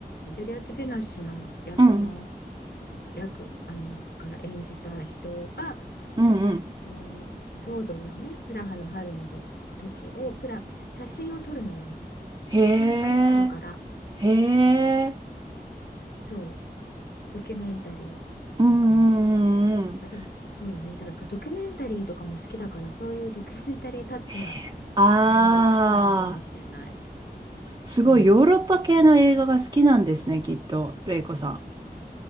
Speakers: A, on the left; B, on the right.
A: ジュリオット・ヴィノッシュの役の、
B: うん、
A: 役、あの、が演じた人が、
B: うんうん。
A: 写真、その、騒動のね、プラハの春のとこ時を、プラ、写真を撮るのよ。写真家になるから。
B: へえ、へえ、
A: そう、ドキュメンタリ
B: うんうんうんうん。
A: ーな感じ。あ、でもそうだね。だからドキュメンタリーとかも好きだから、そういうドキュメンタリータッチな
B: へえ、ああ、
A: ものが好きなのかもしれない。
B: すごいヨーロッパ系の映画が好きなんですね、
A: うん。
B: きっと、レイコさん。